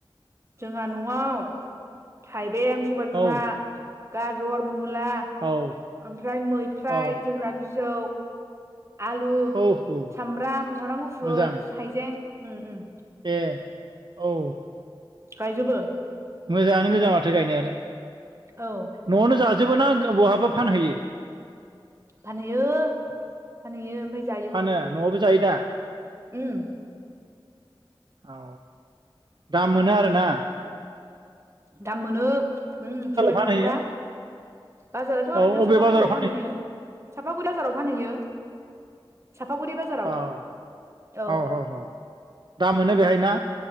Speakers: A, on the right; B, on the right.
A: जोंहा नआव थाइबें सबाइ बिमा
B: औ
A: गाजर मुला
B: औ
A: ओमफ्राय मैफ्राय
B: औ
A: जोगोनार बिजौ आलु
B: औ औ
A: सामब्राम सामब्राम गुफुर
B: मोजां
A: हाइजें उम उम
B: ए औ
A: गायजोबो
B: मोजाङानो गोजा माथो गायनायालाय
A: औ
B: नआवनो जा जोबोना बहाबा फानहैयो
A: फानहैयो फानहैयो जायोबो
B: फानो नआवबो जायो दा
A: उम
B: औ दाम मोनो आरो ना
A: दाम मोनो उम सबाइ
B: फानहैयो
A: बिमाफ्रा बाजाराथ
B: औ
A: ओरैनो
B: अबे
A: साफागुरियाव
B: बाजाराव
A: फानहैयो साफागुरि बाजाराव फानहैयो सापागुरि
B: <unintelligible>
A: बाजाराव औ
B: दा मोनो बेहाय ना